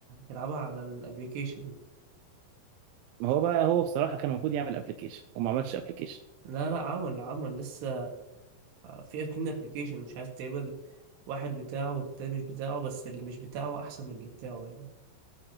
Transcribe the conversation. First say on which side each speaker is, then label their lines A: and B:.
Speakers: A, on the right; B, on the right.
A: تلعبها على الابليكيشن
B: ما هو بقى هو بصراحه كان المفروض يعمل ابلكيشن وما عملش ابلكيشن
A: لا لا عمل عمل لسه في اتنين ابليكيشن مش عارف تقريبا واحد بتاعه والتاني مش بتاعه بس اللي مش بتاعه احسن من اللي بتاعه يعني